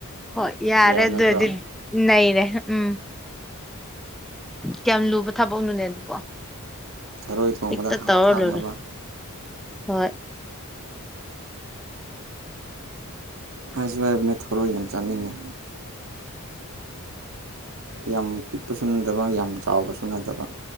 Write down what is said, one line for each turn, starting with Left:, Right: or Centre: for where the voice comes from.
Centre: ꯍꯣꯏ ꯌꯥꯔꯦ
Right: ꯌꯥꯕ
Centre: ꯑꯗꯨ
Right: ꯅꯠꯇ꯭ꯔꯣ
Centre: ꯑꯣꯢꯔꯗꯤ ꯅꯩꯔꯦ ꯎꯝ ꯀꯌꯥꯝ ꯂꯨꯕ ꯊꯕꯛꯅꯣꯅꯦ ꯑꯗꯨ
Right: ꯊꯔꯣꯏ ꯊꯣꯡꯕꯗ
Centre: ꯍꯦꯛꯇ ꯇꯧꯔ
Right: ꯊꯥꯛꯅꯕ
Centre: ꯂꯣꯢꯔꯦ ꯍꯣꯏ
Right: ꯍꯥꯏꯁꯨ ꯍꯥꯏꯕꯅꯦ ꯊꯣꯔꯣꯏ ꯌꯥꯝ ꯆꯥꯅꯤꯡꯉꯦ ꯌꯥꯝ ꯄꯤꯛꯄꯁꯨ ꯅꯠꯗꯕ ꯌꯥꯝ ꯆꯥꯎꯕꯁꯨ ꯅꯠꯇꯕ